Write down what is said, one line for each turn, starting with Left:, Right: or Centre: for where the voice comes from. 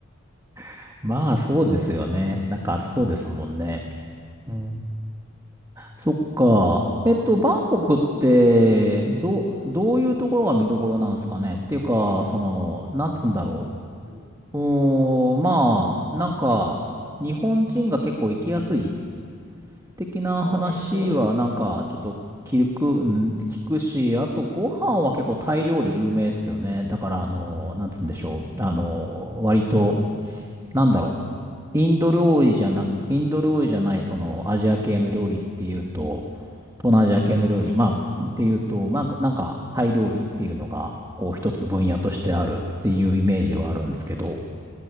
Right: <laughs> まあ、そうですよね。なんか暑そうですもんね。うん。そっか。えっと、バンコクって、ど、どういうところが見どころなんですかね。っていうか、その、なんつうんだろ
Left: た。うん。
Right: う。うーん、まあ、なんか、日本人が結構行きやすい的な話はなんかちょっと聞く、
Left: ああ、そうですね。
Right: うん、聞くし、あとご飯は結構タイ料理有名ですよね。だからあの、なんつうんでしょう。あの、割と、なんだろう。インド料理じゃな、インド料理じゃないそのアジア系の料理っていうと、東南アジア系の料理、
Left: 確かに。
Right: まあ、っていうと、まあ、なんかなんかタイ料理っていうのが、こう一つ分野としてあるっていうイメージはあるんですけど、